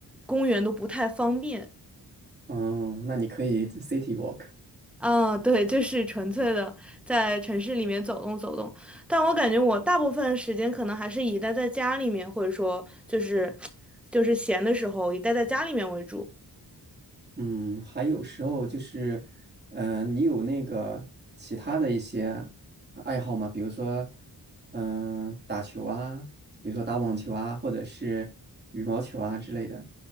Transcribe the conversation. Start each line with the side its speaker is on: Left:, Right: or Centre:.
Centre: 公园都不太方便
Right: 嗯，那你可以 city walk。
Centre: 啊。对，就是纯粹的在城市里面走动走动。但我感觉我大部分时间可能还是以待在家里面，或者说就是 <tsk> 就是闲的时候以待在家里面为主。
Right: 嗯，还有时候就是，呃，你有那个其他的一些爱好吗？比如说，嗯、打球啊，比如说打网球啊，或者是羽毛球啊之类的，